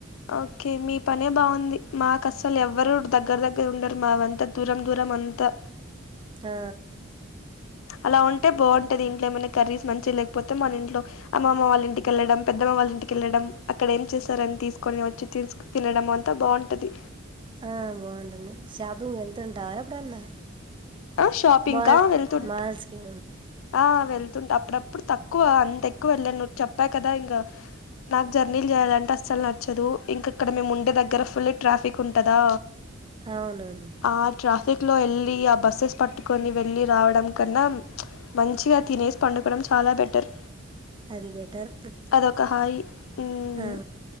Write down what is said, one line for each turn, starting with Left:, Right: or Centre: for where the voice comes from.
Left: ఓకే మీ పనే బాగుంది మాకు అస్సలు ఎవరు దగ్గర దగ్గర ఉండరు మావంత దూరం దూరం అం త
Right: ఆ
Left: అలా ఉంటే బావుంటది ఇంట్లో ఏమైనా కర్రీస్ మంచిగా లేకపోతే మన ఇంట్లో అమ్మమ వాళ్ళ ఇంటికెళ్ళడం. పెద్దమ్మ వాళ్ళ ఇంటికెళ్ళడం అక్కడ ఏం చేశారని తీస్కొని వచ్చి తీస్ తినడం అంత బావుంటది.
Right: ఆ బావుంటుంది షాపింగ్ వెళ్తుంటావా ఎప్పుడన్నా?
Left: ఆ షాపింక్కా
Right: మాల్
Left: వెళ్తుంట్
Right: మాల్స్కి
Left: ఆ వెళ్తుంటా అప్పుడప్పుడు తక్కువ అంత ఎక్కువ వెళ్ళను చెప్పా కదా ఇంగా నాకు జర్నీలు చేయాలంటే అస్సలు నచ్చదు. ఇంక ఇక్కడ మేము ఉండే దగ్గర ఫుల్ ట్రాఫిక్ ఉంటదా
Right: అవునవును
Left: ఆ ట్రాఫిక్ లో వెళ్ళి ఆ బస్సెస్ పట్టుకొని వెళ్ళి రావడం కన్నా మంచిగా తినేసి పండుకోవడం చాలా బెటర్.
Right: అది బెటర్
Left: అదొక హాయి మ్
Right: ఆ